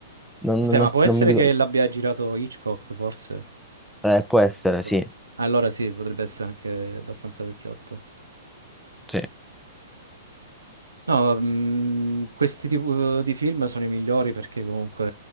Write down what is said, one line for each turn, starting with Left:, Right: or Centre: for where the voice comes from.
Centre: non-
Right: Aspetta,
Centre: non-
Right: ma può
Centre: non
Right: essere
Centre: mi ricordo.
Right: che l'abbia girato Hitchcock, forse?
Centre: Eh, può essere,
Right: Hitchcock.
Centre: sì,
Right: Allora sì, potrebbe essere anche abbastanza vecchiotto.
Centre: sì,
Right: No, mh, questi tipi di film sono i migliori perché comunque,